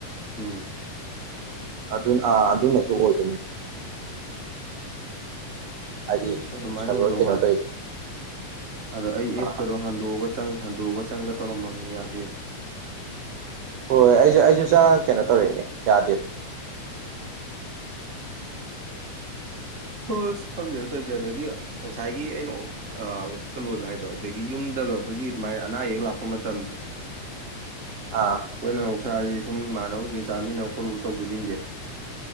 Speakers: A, on the right; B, on the right.
A: ꯎꯝ
B: ꯑꯗꯨ ꯑꯗꯨꯅꯁꯨ ꯑꯣꯏꯗꯣꯏꯅꯦ ꯍꯥꯏꯗꯤ
A: ꯑꯁ ꯑꯗꯨꯃꯥꯏꯅ
B: ꯁꯔꯚꯔ
A: ꯑꯣꯏꯗꯧ
B: ꯀꯩꯅꯣ
A: ꯃꯥꯜꯂꯦ
B: ꯇꯧꯔꯤꯗꯣ
A: ꯑꯗ ꯑꯩ ꯑꯦꯞꯁꯀꯗꯣ
B: ꯑꯥ
A: ꯍꯥꯡꯗꯣꯛꯑꯒ ꯆꯪ ꯍꯟꯗꯣꯛꯑꯒ ꯆꯪꯒ ꯇꯧꯔꯝꯝꯕꯅ ꯌꯥꯗꯦꯕ
B: ꯍꯣꯏ ꯍꯣꯏ ꯑꯩꯁꯨꯦ ꯑꯩꯁꯨ ꯆ ꯀꯩꯅꯣ ꯇꯧꯔꯛꯑꯦꯅꯦ ꯌꯥꯗꯦꯕ
A: ꯑꯣꯏꯁ ꯈꯪꯗꯦꯗ ꯇꯧꯔꯤꯁꯦ ꯑꯗꯒꯤ ꯉꯁꯥꯏꯒꯤ ꯑꯩꯅ ꯑ ꯆ ꯂꯣꯏꯕ ꯍꯥꯏꯗꯣ ꯑꯗꯒꯤ ꯌꯨꯝꯗꯒ ꯑꯩꯈꯣꯏꯒꯤ ꯑꯗꯨꯃꯥꯏꯅ ꯑꯅꯥ ꯑꯌꯦꯛ ꯂꯥꯛꯄ ꯃꯇꯝꯁꯦ <unintelligible>
B: ꯑꯥ
A: ꯑꯩꯈꯣꯏꯅ ꯍꯧꯧꯁꯁꯤ ꯁꯨꯝ ꯏꯃꯥꯟꯅꯕ ꯀꯩꯀꯩ ꯆꯥꯃꯤꯟꯅꯕ ꯈꯣꯠꯂꯨꯕ ꯇꯧꯕꯁꯤꯡꯁꯦ